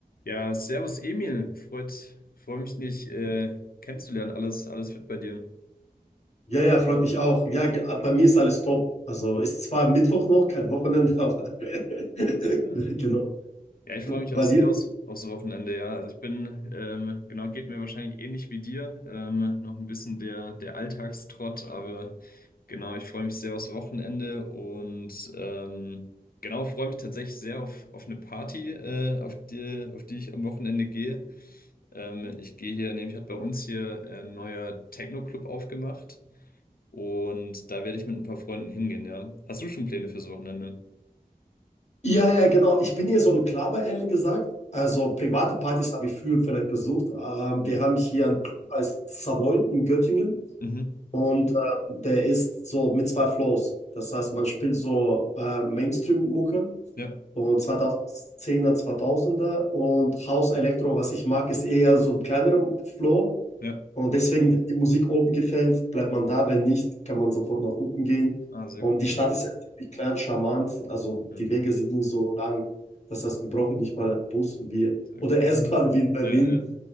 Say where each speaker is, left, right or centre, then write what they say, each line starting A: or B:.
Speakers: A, on the left; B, on the left.
A: Ja, servus Emil, freut, freue mich nicht äh, kennenzulernen. Alles, alles fit bei dir.
B: Ja, ja, freut mich auch. Ja, ge- bei mir ist alles top. Also ist zwar Mittwoch noch, kein Wochenende, aber
A: So,
B: <laughs>
A: so, äh,
B: genau.
A: ja, ich freue mich
B: Bei
A: auch sehr
B: dir?
A: aufs, aufs Wochenende, ja. Also ich bin, ähm, genau, geht mir wahrscheinlich ähnlich wie dir. Ähm, noch ein bisschen der, der Alltagstrott, aber genau, ich freue mich sehr aufs Wochenende und ähm, genau, freue mich tatsächlich sehr auf, auf eine Party, äh, auf die, auf die ich am Wochenende gehe. Ähm, ich gehe hier, nämlich hat bei uns hier ein neuer Techno-Club aufgemacht. Und da werde ich mit ein paar Freunden hingehen, ja. Hast du schon Pläne fürs Wochenende?
B: Ja, ja, genau. Ich bin hier so ein Klaber, ehrlich gesagt. Also private Partys habe ich früher vielleicht besucht. Ähm,
A: Mhm.
B: wir haben hier einen Club als Savoy in Göttingen
A: Mhm.
B: und äh, der ist so mit zwei Flows. Das heißt, man spielt so äh, Mainstream-Mucke
A: Ja,
B: und zweitausendzehner, zweitausender und House Electro, was ich mag, ist eher so ein kleinerer Flow.
A: ja.
B: Und deswegen, wenn die Musik oben gefällt, bleibt man da. Wenn nicht, kann man sofort nach unten gehen.
A: Ah, sehr
B: Und
A: cool.
B: die Stadt ist ja ziemlich klein, charmant. Also
A: Ja,
B: die Wege sind nicht so lang. Das
A: also,
B: heißt, wir brauchen nicht mal einen Bus wie,
A: sehr
B: oder
A: cool.
B: <laughs> S-Bahn wie in Berlin.
A: Ja, ja.